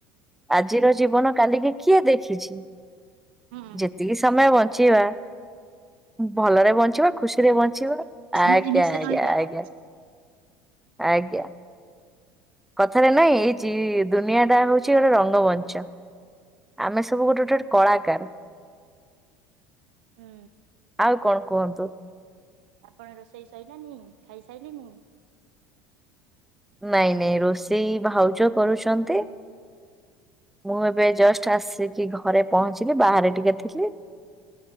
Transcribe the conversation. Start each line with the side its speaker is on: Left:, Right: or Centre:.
Centre: ଆଜିର ଜୀବନ କାଲିକି କିଏ ଦେଖିଛି।
Right: ହୁଁ।
Centre: ଯେତିକି ସମୟ ବଞ୍ଚିବା ଭଲରେ ବଞ୍ଚିବା ଖୁସିରେ ବଞ୍ଚିବା ଆଜ୍ଞା
Right: ମିଳିମିଶି
Centre: ଆଜ୍ଞା
Right: ରହିବା
Centre: ଆଜ୍ଞା।
Right: ଆଉ।
Centre: ଆଜ୍ଞା। କଥାରେ ନାଇଁ ଏଇ ଯ ଦୁନିଆ ଟା ହଉଛି ଗୋଟେ ରଙ୍ଗମଞ୍ଚ। ଆମେ ସବୁ
Right: ହୁଁ
Centre: ଗୋଟେ ଗୋଟେ କଳାକାର।
Right: ହୁଁ।
Centre: ଆଉ କଣ କୁହନ୍ତୁ?
Right: ଆପଣ ରୋଷେଇ ସଇଲାନି ଖାଇସାଇଲେନି।
Centre: ନାଇଁ ନାଇଁ ରୋଷେଇ ଭାଉଜ କରୁଛନ୍ତି। ମୁଁ ଏବେ ଜଷ୍ଟ ଆସିକି ଘରେ ପହଞ୍ଚିଲି ବାହାରେ ଟିକେ ଥିଲି।